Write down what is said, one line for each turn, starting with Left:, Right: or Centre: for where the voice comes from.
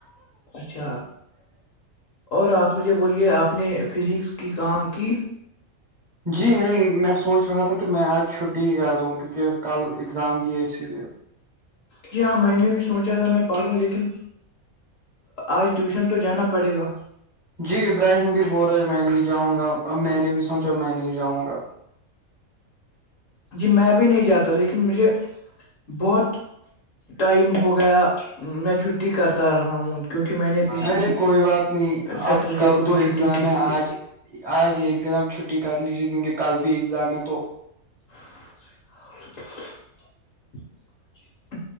Left: اچھا اور آپ آ مجھے بولیے آپ نے فزکس کی کام کی
Right: جی نہیں میں سوچ رہا تھا کہ میں آج چھٹی کر رہا کیونکہ کل ایگزام بھی ہے اسی لیے
Left: جی ہاں میں نے بھی سوچا تھا میں پڑھوں لیکن آج ٹیوشن تو جانا پڑے گا
Right: جی ابراہیم بھی بول رہے میں نہیں جاؤں گا اب میں نے بھی سوچا میں نہیں جاؤں گا
Left: جی میں بھی نہیں جاتا لیکن مجھے بہت ٹائم ہو گیا میں چھٹی کرتا رہا ہوں کیونکہ میں نے پچھلی
Right: ارے کوئی بات نہیں
Left: سیٹرڈے
Right: اب کل
Left: کو بھی
Right: تو
Left: چھٹی
Right: ایگزام
Left: کی
Right: ہے
Left: تھی
Right: آج آج ایک دن آپ چھٹی کر لیجیے کیونکہ کل بھی ایگزام ہے تو
Left: <unintelligible>